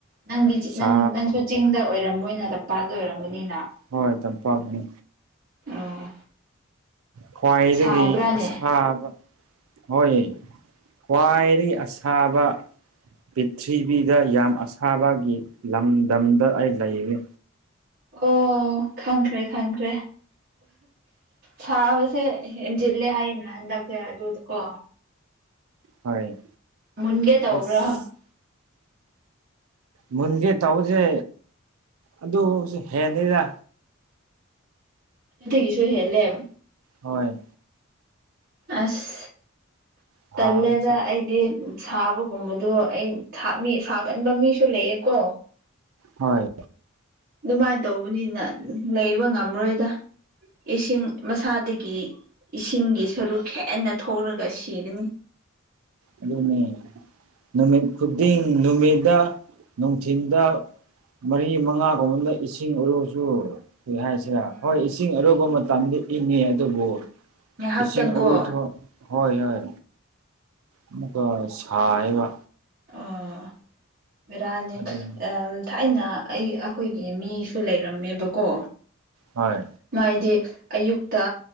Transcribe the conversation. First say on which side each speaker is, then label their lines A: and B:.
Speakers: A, on the right; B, on the right.
A: ꯅꯪꯗꯤ ꯆꯤꯡ
B: ꯁꯥ
A: ꯅꯪ ꯅꯪꯁꯨ ꯆꯤꯡꯗ ꯑꯣꯏꯔꯝꯃꯣꯏꯅ ꯄꯥꯜꯗ ꯑꯣꯏꯔꯝꯒꯅꯤꯅ
B: ꯍꯣꯏ ꯇꯝꯄꯥꯛꯅꯤ
A: ꯑꯣ
B: ꯈ꯭ꯋꯥꯏꯗꯒꯤ
A: ꯁꯥꯕ꯭ꯔꯥꯅꯦ
B: ꯑꯁꯥꯕ ꯍꯣꯏ ꯈ꯭ꯋꯥꯏꯗꯒꯤ ꯑꯁꯥꯕ ꯄꯤꯔꯊꯔꯤꯕꯤꯗ ꯌꯥꯝ ꯑꯁꯥꯕꯒꯤ ꯂꯝꯗꯝꯗ ꯑꯩ ꯂꯩꯔꯦ꯫
A: ꯑꯣ ꯈꯪꯈ꯭ꯔꯦ ꯈꯪꯈ꯭ꯔꯦ ꯁꯥꯕꯁꯦ ꯍꯦꯟꯖꯤꯜꯂꯦ ꯍꯥꯏꯌꯦꯅ ꯍꯟꯗꯛꯁꯦ ꯑꯗꯨꯗꯀꯣ
B: ꯍꯣꯏ
A: ꯃꯨꯟꯒꯦ ꯇꯧꯕ꯭ꯔꯥ
B: ꯑꯁ ꯃꯨꯟꯒꯦ ꯇꯧꯕꯖꯦ ꯑꯗꯨꯕꯨꯛꯁꯨ ꯍꯦꯜꯂꯤꯗ
A: ꯑꯗꯨꯒꯤꯁꯨ ꯍꯦꯜꯂꯦꯝ
B: ꯍꯣꯏ
A: ꯑꯁ
B: ꯁꯥꯕꯁꯦ
A: ꯇꯜꯂꯦꯗ ꯑꯩꯗꯤ ꯁꯥꯕꯒꯨꯝꯕꯗꯣ ꯑꯩ ꯃꯤ ꯁꯥꯒꯟꯕ ꯃꯤꯁꯨ ꯂꯩꯌꯦꯀꯣ
B: ꯍꯣꯏ
A: ꯑꯗꯨꯃꯥꯏ ꯇꯧꯕꯅꯤꯅ ꯂꯩꯕ ꯉꯝꯃꯔꯣꯏꯗ ꯏꯁꯤꯡ ꯃꯁꯥꯗꯒꯤ ꯏꯁꯤꯡꯒꯤ ꯁꯔꯨꯛ ꯍꯦꯟꯅ ꯊꯣꯛꯂꯒ ꯁꯤꯒꯅꯤ
B: ꯑꯗꯨꯅꯦ ꯅꯨꯃꯤꯠ ꯈꯨꯗꯤꯡ ꯅꯨꯃꯤꯗꯥ ꯅꯨꯡꯊꯤꯟꯗ ꯃꯔꯤ ꯃꯉꯥꯒꯨꯝꯕꯗ ꯏꯁꯤꯡ ꯎꯔꯨꯁꯨ ꯀꯔꯤ ꯍꯥꯏꯁꯤꯔ
A: ꯎꯝ
B: ꯍꯣꯏ ꯏꯁꯤꯡ ꯑꯔꯨꯕ ꯃꯇꯝꯗꯤ ꯏꯪꯉꯤ ꯑꯗꯨꯕꯨ
A: ꯉꯥꯏꯍꯥꯛꯇꯪꯀꯣ
B: ꯏꯁꯤꯡ ꯑꯔꯨꯊꯣ ꯍꯣꯏ ꯍꯣꯏ ꯑꯃꯨꯛꯀꯥ ꯁꯥꯏꯌꯦꯕ
A: ꯑꯥ ꯚꯦꯔꯥꯅꯦ
B: ꯑꯗꯨꯝ
A: ꯊꯥꯏꯅ ꯑꯩ ꯑꯩꯈꯣꯏꯒꯤ ꯃꯤꯁꯨ ꯂꯩꯔꯝꯃꯦꯕꯀꯣ
B: ꯍꯣꯏ
A: ꯃꯥꯏꯗꯤ ꯑꯌꯨꯛꯇ